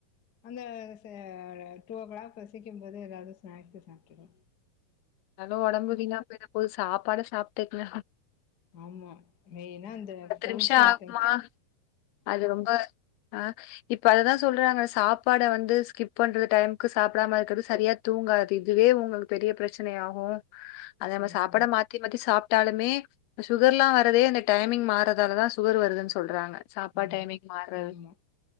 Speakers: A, on the left; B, on the left.
A: அந்த சே ற டூ ஓ க்ளாக்கு பசிக்கும்போது எதாது ஸ்நேக்ஸ்ஸு சாப்ட்டுடு
B: நல்ல ஒடம்பு வீனா பெய்ட போது சாப்பாட சாப்ட்டுக்ங்க
A: ஆமா மெயினா இந்த ஃப்ரூட்ஸ்
B: நிமிஷம்
A: ஐட்டம்ஸ்
B: ஆகுமா? அது ரொம்ப அ இப்ப அததா சொல்றாங்க சாப்பாட வந்து ஸ்கிப் பண்ற டைம்க்கு சாப்டாம இர்க்கற்து சரியா தூங்காதது இதுவே உங்களுக் பெரிய பிரச்சனை ஆகு அத நம்ம
A: ம்
B: சாப்பாட
A: ம்
B: மாத்தி மாத்தி சாப் டாலுமே சுகர்ல்லா வரதே அந்த டைமிங் மாறதால தா சுகர் வருதுன் சொல்றாங்க சாப்பா
A: ஆமா
B: டைமிங் மாற்றது
A: ஆமா